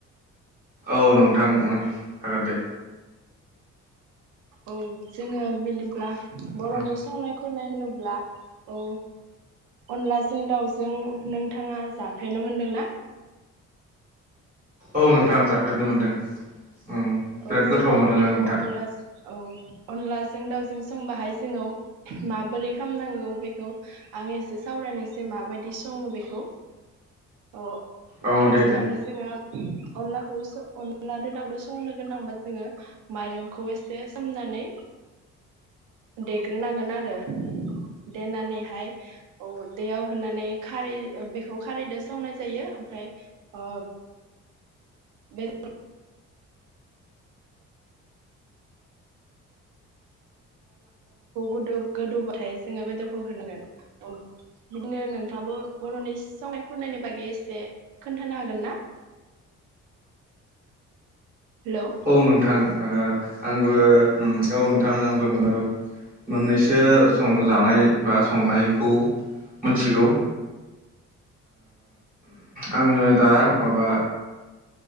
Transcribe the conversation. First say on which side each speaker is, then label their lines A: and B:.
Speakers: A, on the right; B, on the right.
A: औ नोंथां ओं हागोन दे।
B: औ जोङो बिदिब्ला बर'नि
A: उम
B: संनाय संनाय होनोब्ला औ अनलाजों दाउजों नोंथाङा जाफेरनो मोनदोंना
A: औ नोंथां जाफेरनो मोनदों। उम बिराद
B: औ
A: गोथाव
B: जोङो
A: मोनो
B: बेखौ
A: आं नोंथां
B: अनला औ अनलाजों दाउजों संबाहाय जोङो माबोरै खालामनांगौ बेखौ आं एसे सावरायनोसै माबायदि सङो बेखौ। ओ
A: औ
B: फार्स्टआवनो
A: दे दे
B: जोङो अनलाखौ अनलाजों दाउदो संनो गोनांबा जोङो माइरंखौ एसे सोमनानै देग्रोनांगोन आरो देनानैहाय औ दैयाव होनानै खारै बेखौ खारैजों सावनाय जायो ओमफ्राय ओ <unintelligible> अनखौ गोदौबाथाय जोङो बेदरखौ होनांगोन बिदिनो नोंथाङाबो बर'नि संनाय खुरनायनि बागै एसे खोन्थानो हागोन ना हेलौ
A: औ नोंथां आंबो औ नोंथां आंबो मोननैसो संनाय जानाय बा संनायखौ मिथिगौ आङो दा माबा